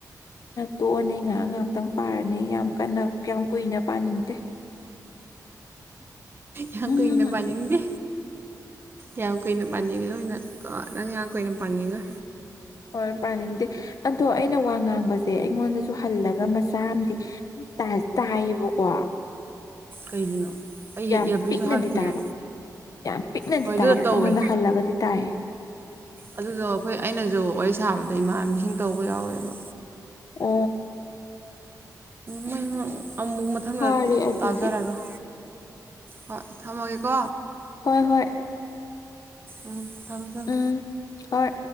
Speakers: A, on the left; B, on the right.
A: ꯇꯣꯛꯑꯅꯤ ꯉꯥꯏꯍꯥꯛ ꯉꯥꯏꯍꯥꯛꯇꯪ ꯄꯥꯔꯅꯤ ꯌꯥꯝ ꯀꯟꯅ ꯌꯥꯝ ꯀꯨꯏꯅ ꯄꯥꯅꯤꯡꯗꯦ
B: ꯌꯥ
A: ꯎꯝ
B: ꯀꯨꯏꯅ ꯄꯅꯤꯅꯤꯡꯅꯤꯡꯗꯦ ꯌꯥ ꯀꯨꯏꯅ ꯄꯥꯅꯤꯡꯉ ꯅꯣꯏꯅ ꯅꯪ ꯉꯥꯏꯍꯥꯛ ꯀꯨꯏꯅ ꯄꯥꯅꯤꯡꯉ
A: ꯍꯣꯏ ꯄꯥꯅꯤꯡꯗꯦ ꯑꯗꯣ ꯑꯩꯅ ꯋꯥ ꯉꯥꯡꯕꯁꯦ ꯑꯩꯉꯣꯟꯗ ꯁꯨꯍꯜꯂꯒ ꯃꯆꯥ ꯑꯃꯗꯤ ꯇꯥꯏꯌꯦꯕꯀꯣ
B: ꯀꯩꯒꯤꯅꯣ ꯑꯩ
A: ꯌꯥꯝ
B: ꯍꯦꯛ ꯏꯔꯕꯤꯁꯨ
A: ꯄꯤꯛꯅꯗꯤ
B: ꯍꯥꯞꯇꯤꯌꯦ
A: ꯇꯥꯕ ꯌꯥꯝ ꯄꯤꯛꯅꯗꯤ
B: ꯍꯣꯏ ꯑꯗꯨ
A: ꯇꯥꯕ
B: ꯇꯧꯋꯦ
A: ꯑꯩꯉꯣꯟꯗ ꯍꯜꯂꯒꯗꯤ ꯇꯥꯏꯌꯦ
B: ꯑꯗꯨꯗꯣ ꯑꯩꯈꯣꯏ ꯑꯩꯅꯁꯨ ꯋꯥꯔꯤ ꯁꯥꯕꯗ ꯏꯃꯥꯟꯅꯕꯤꯁꯤꯡ ꯇꯧꯕ ꯌꯥꯎꯋꯦꯕ
A: ꯎ
B: ꯎꯣꯏ ꯑꯃꯨꯛ ꯃꯊꯪꯗ
A: ꯐꯔꯦ ꯑꯗꯨꯗꯤ
B: ꯇꯥꯖꯔꯔꯣꯏ ꯍꯣꯏ ꯊꯝꯃꯒꯦꯀꯣ
A: ꯍꯣꯏ ꯍꯣꯏ
B: ꯎꯝ ꯊꯃꯣ ꯊꯃꯣ
A: ꯎꯝ ꯍꯣꯏ